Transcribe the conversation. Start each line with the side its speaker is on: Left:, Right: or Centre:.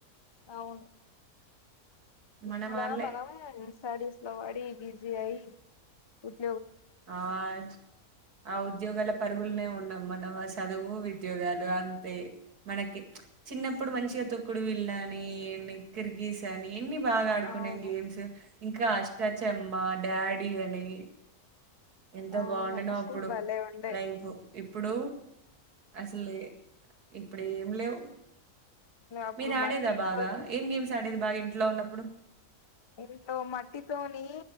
Left: అవును ఇప్పుడా
Right: మనం ఆడలే
Left: మనం స్టడీస్ లో పడి బిజీ అయి వ
Right: ఆ చ్ ఆ ఉద్యోగలా అడుగులనే ఉన్నాం మనం ఆ చదువు వీద్యోగాలు అంతే మనకి చిన్నప్పుడు మంచిగా తొక్కుడు బిళ్ళ అని ఎక్కిరిగీశానే ఎన్ని బాగా ఆడుకున్నాం
Left: అవును
Right: గేమ్స్ ఇంకా అష్టాచమ్మ డాడీ అని ఎంత
Left: అవును
Right: బాగుండనో అప్పుడు
Left: భలే ఉండే
Right: లైఫ్ ఇప్పుడు అసలే ఇప్పుడు ఏం లేవు
Left: అప్పుడు
Right: మీరు ఆడేదా
Left: మట్టితోటి
Right: బాగా ఏం గేమ్స్ ఆడేది బాగా ఏ ఇంట్లో ఉన్నప్పుడు
Left: ఇంట్లో మట్టితోని